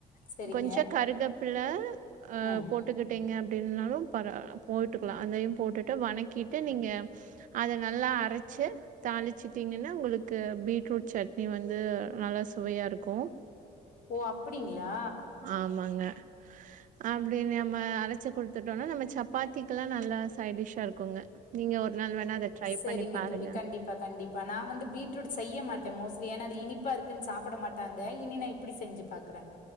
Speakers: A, on the left (about 70°); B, on the right (about 65°).
A: செரிங்க
B: கொஞ்ச கருகப்புல்ல அ
A: ம்
B: போட் போட்டுக்கிட்டிங்க அப்டின்னாலு பர போட்டுக்கலா அதையு போட்டுட்டு வணக்கிட்டு நீங்க அத நல்லா அரச்சு தாளிச்சுட்டீங்கன்னா உங்களுக்கு பீட்ரூட் சட்னி வந்து நல்லா சுவையா இருக்கு
A: ஓ அப்டிங்களா
B: ஆமாங்க அப்டி நம்ம அரச்சு குடுத்துட்டோனா நம்ம சப்பாத்திக்கு எல்லா நல்லா சைடிஷ்ஷா இருக்குங்க நீங்க ஒரு நாள் வேணா அத ட்ரை
A: சேரிங்க
B: பண்ணி பாருங்க
A: தோழி கண் ண்டிப்பா கண்டிப்பா நா வந்து பீட்ரூட் செய்ய மாட்டே மோஸ்ட்லி ஏ அது இனிப்பா இருக்குன்னு சாப்பிட மாட்டாங்க இனி ந இப்டி செஞ்சு பாக்குறே